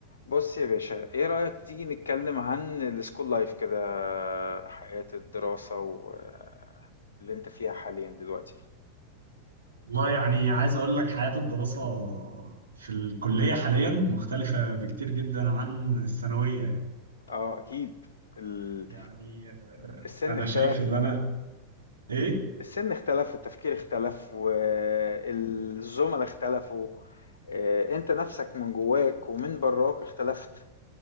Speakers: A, on the left; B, on the right.
A: بص يا باشا ايه رأيك تيجي نتكلم عن السكول لايف كده حياة الدراسة واللي انت فيها حاليا دلوقتي
B: والله يعني عايز أقول لك حياة الدراسة في الكلية حاليا مختلفة بكتير جدا عن الثانوية
A: اه اكيد ال-
B: يعني
A: السن
B: أنا
A: اختلف
B: شايف إن أنا إيه
A: السن اختلف والتفكير اختلف والزملاء اختلفوا آه، انت نفسك من جواك ومن براك اختلفت